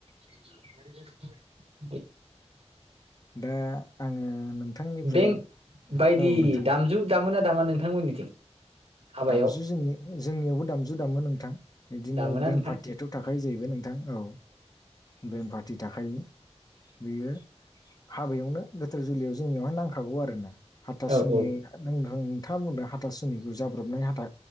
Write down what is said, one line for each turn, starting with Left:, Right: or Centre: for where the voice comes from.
Right: <inaudible>
Left: दा आङो। नोंथांनिफ्राय
Right: बेंक बायदि
Left: औ नोंथां
Right: दामजु दामोना दामा नोंथांमोननिथिं। हाबायाव
Left: दामजु जोंनि जोंनियावबो दामजु दामो नोंथां बिदिनो
Right: दामोना
Left: बेंक
Right: नोंथां
Left: पार्टियाथ' थाखायो जाहैबाय नोंथां। औ बेम पार्टि थाखायो। बेयो हाबायावनो गोथोर जुलियाव जोंनियावहाय नांगौ। खागौ आरोना हाथासुनि
Right: औ औ
Left: नोंथाङा बुंदों हाथासुनिखौ जा। जाब्र'बनाय हाथा